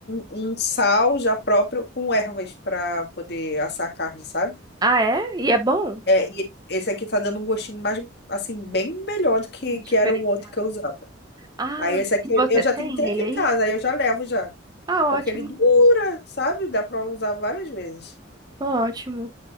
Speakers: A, on the left (about 55°); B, on the right (about 20°).
A: um, um sal já próprio com ervas para poder assar a carne, sabe?
B: Ah, é? E é bom?
A: É, e esse aqui tá dando um gostinho mais, assim, bem melhor do que, que
B: Diferenciado.
A: era o outro que eu usava.
B: Ah,
A: Aí esse aqui
B: e
A: eu
B: você
A: eu já tenho
B: tem
A: até aqui
B: ele
A: em
B: aí?
A: casa, aí eu já levo já,
B: Ah,
A: porque
B: ótimo,
A: ele dura, sabe? Dá pra usar várias vezes.
B: ótimo,